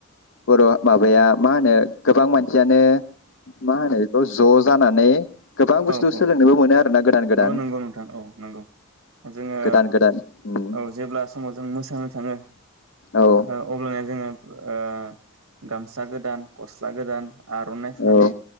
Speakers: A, on the left; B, on the right.
A: बर' माबाया मा होनो गोबां मानसियानो मा होनो बेखौ ज' जानानै गोबां बुस्थु
B: औ औ
A: सोलोंनोबो मोनो आरोना गोदान गोदान
B: औ नंगौ नोंथां औ नंगौ जोङो
A: गोदान गोदान उम
B: औ जेब्ला समाव जों मोसानो थाङो
A: औ
B: ओ अब्लानिया जोङो ओ गामसा गोदान गस्ला गोदान आर'नाइ फालि
A: औ